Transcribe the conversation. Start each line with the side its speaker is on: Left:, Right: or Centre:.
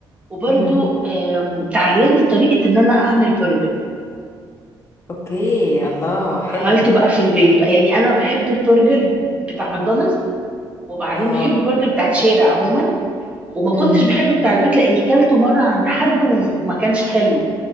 Right: وبرضو
Left: ايه
Right: آم، اتعلمت طريقة ان انا اعمل برجر
Left: اوكي الله حلو
Right: عملته بقى في البيت بقى يعني انا بحب البرجر بتاع ماكدونالدز وبعدين
Left: اه
Right: بحب البرجر بتاع الشارع عموما وما كنتش
Left: امم
Right: بحب بتاع البيت لاني كلته مرة عند حد وما كانش حلو